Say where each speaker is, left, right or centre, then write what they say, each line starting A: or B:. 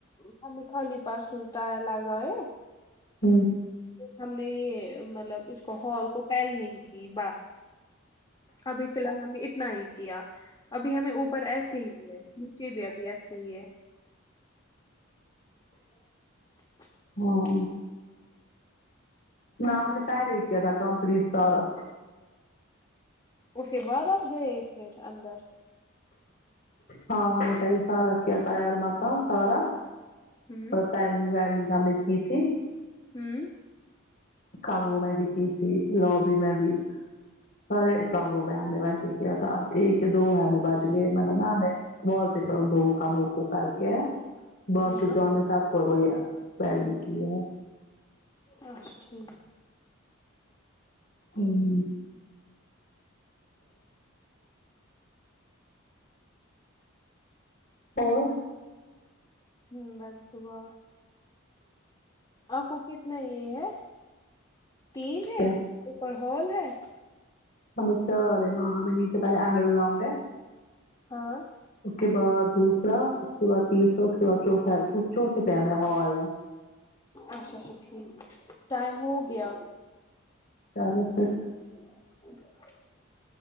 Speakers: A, on the left; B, on the left.
A: خالی خالی پانچ سوتا لگا ئے
B: ہوں
A: ہم نے یہ مطلب اس کو ہال کو پینلنگ کی بس ابھی فی الحال ہم نے اتنا ہی کیا ابھی ہمیں اوپر ایسے ہی ہے جی بھیا اب سوئی ہے <inaudible>
B: ہاں نہ ہم نے پہلے کیا تھا کمپلیٹ سارا
A: اس کے بعد آپ گئے پھر اندر
B: ہاں ہم نے کل سارا کیا تار ماتا سارا
A: ہوں
B: بتا یے وگ ل کی تھی <unintelligible>
A: ہوں
B: کم رو میں بھی کی تھی لوبی میں بھی سارے کمروں میں ہم نے ویسے ہی کیا تھا اب ایک دو ہے ہم بچ گئے مطلب نا ہمیں وال پپروں دو کام روک کر کے ہے باقی
A: ہاں
B: کام میں سب ہوگئے ہیں پلاننگ کی ہے
A: اچھا ٹھیک
B: ہوں اور
A: ہوں بس دعا آپ کو کتنا یہ ہے تین
B: کیا
A: ہے اوپر ہال ہے
B: ہمیں چار ہے ہاں ہمیں نیچے پہلے انڈر گراؤنڈ ہے
A: ہاں
B: اس کے بعد دوسرا اس کے بعد تیسرا اس کے بعد چھوٹا پر میرا ہال ہے
A: اچھا اچھا ٹھیک ٹائم ہو گیا
B: چلو ٹھیک
A: <inaudible>